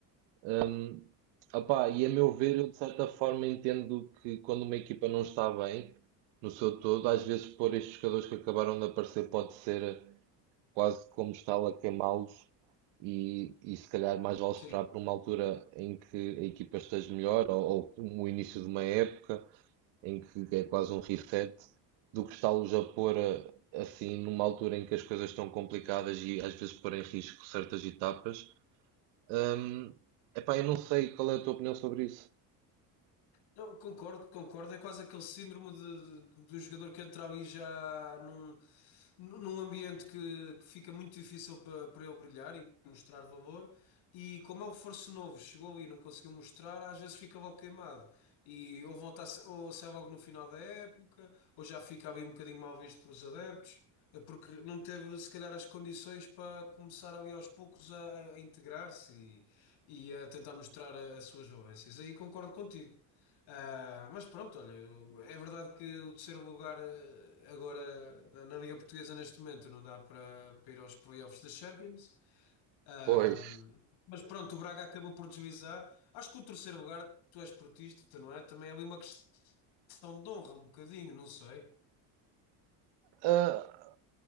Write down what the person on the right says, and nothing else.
Hum, opá, e a meu ver, eu de certa forma entendo que quando uma equipa não está bem, no seu todo, às vezes pôr estes jogadores que acabaram de aparecer pode ser quase como estar a queimá-los e, e se calhar mais vale
esperar por uma altura em que a equipa esteja melhor ou, ou como o início de uma época em que é quase um reset do que está-los a pôr a- assim numa altura em que as coisas estão complicadas e às vezes pôr em risco certas etapas. Hum, epá, eu não sei qual é a tua opinião sobre isso.
Pois,
Ah,